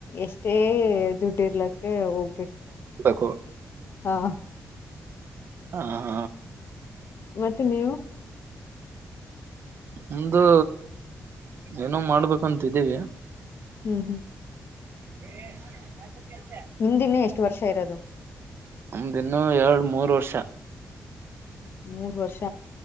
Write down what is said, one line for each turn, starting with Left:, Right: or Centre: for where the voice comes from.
Left: ಎಷ್ಟೇ ದುಡ್ಡು. ಇರ್ಲಕ್ಕ ಹೋಗ್ಬೇಕು.
Right: ಕ
Left: ಹಾ.
Right: ಹ ಹಾ.
Left: ಮತ್ತೆ ನೀವು.
Right: ನಮ್ದು ಏನೋ ಮಾಡ್ಬೇಕಂತಿದ್ದೀವಿ
Left: ಹ್ಮ್ ಹ್ಮ್
Right: <inaudible>
Left: ಹಿಂದಿನೇ ಎಷ್ಟು ವರ್ಷ ಇರೋದು
Right: ನಮ್ದ ಇನ್ನು ಎರಡು ಮೂರ್ ವರ್ಷ
Left: ಮೂರು ವರ್ಷ